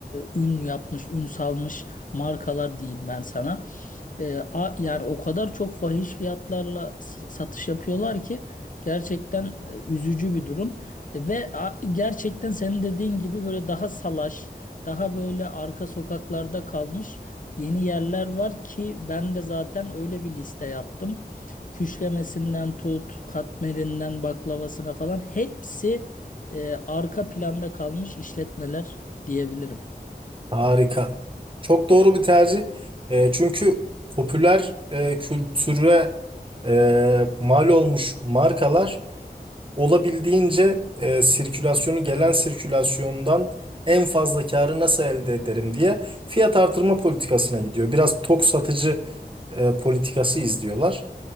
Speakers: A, on the left; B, on the right.
A: e, ün yapmış, ün salmış markalar diyeyim ben sana. E, a- yani o kadar çok fahiş fiyatlarla s- satış yapıyorlar ki gerçekten e, üzücü bir durum. E, ve a- gerçekten senin dediğin gibi böyle daha salaş, daha böyle arka sokaklarda kalmış yeni yerler var ki ben de zaten öyle bir liste yaptım. Küşlemesinden tut, katmerinden baklavasına falan hepsi e, arka planda kalmış işletmeler diyebilirim.
B: Harika. Çok doğru bir tercih. E, çünkü popüler e, kültüre e, mal olmuş markalar olabildiğince e, sirkülasyonu gelen sirkülasyondan en fazla karı nasıl elde ederim diye fiyat artırma politikasına gidiyor. Biraz tok satıcı e, politikası izliyorlar.